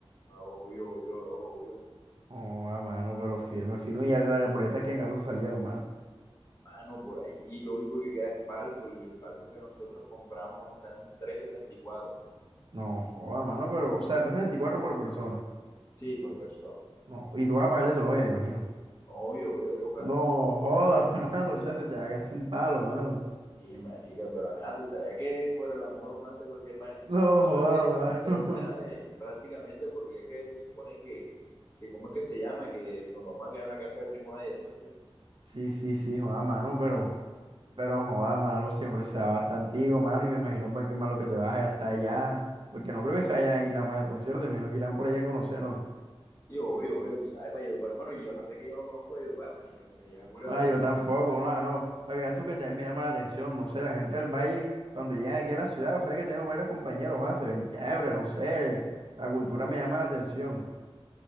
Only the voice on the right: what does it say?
Joda, mano, pero firme, firme, y ya las boletas que en gato te salieron, mano.
No, joda, mano, pero, o sea, es 24 por persona.
No, y tú vas a pagarle a tu novia, imagino.
No, joda, <laughs> mano, o sea, se te haga así un palo, mano.
No,
joda,
mano.
<laughs>
Sí, sí, sí, joda, mano, pero... Pero joda, mano, siempre se da bastante, antiguo, mano, y me imagino pues, que más lo que te vas a gastar allá, porque no creo que se vayan a ir nada más al concierto, me imagino que irán por allá a conocer, no.
Ah,
yo tampoco,
no, ah, no, para que veas tú que también me llama la atención, no sé, la gente del valle, cuando llegan aquí a la ciudad, o sea que tengo varios compañeros, ah, se ven chévere, no sé, la cultura me llama la atención.